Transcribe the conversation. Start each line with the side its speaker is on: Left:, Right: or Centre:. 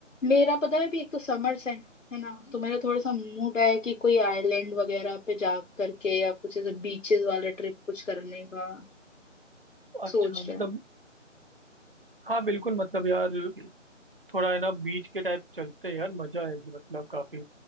Left: मेरा पता है अभी एक तो समर्स है है ना तो मेरा थोड़ा सा मूड है कि कोई आइलैंड वगैरह पे जा करके या कुछ ऐसे बीचेस वाले ट्रिप कुछ करने का
Right: अच्छा
Left: सोच
Right: मतलब
Left: रहे हैं
Right: हाँ बिल्कुल मतलब यार थोड़ा है ना बीच के टाइप चलते हैं यार मजा आएगी मतलब काफी